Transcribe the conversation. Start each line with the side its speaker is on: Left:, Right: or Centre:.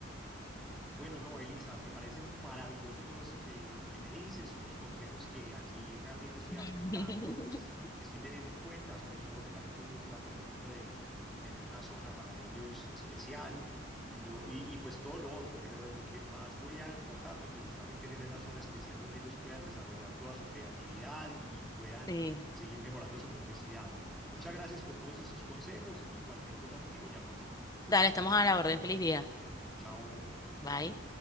Centre: Bueno, no, Elisa, me parece maravilloso todo esto que, que me dices, unos consejos que aquí realmente estoy
Left: <laughs>
Centre: apuntando, estoy teniendo en cuenta, sobre todo me llamó pues mucho la atención lo de tener una zona para ellos especial, lo, y, y pues todo lo otro, pero de lo que más voy a enfocarme pues es también tener esa zona especial donde ellos puedan desarrollar toda su creatividad y puedan
Left: Sí.
Centre: seguir mejorando su motricidad. Muchas gracias por todos estos consejos y cualquier cosa te sigo llamando.
Left: Dale, estamos a la orden. Feliz día.
Centre: Bueno, Chao.
Left: Bye.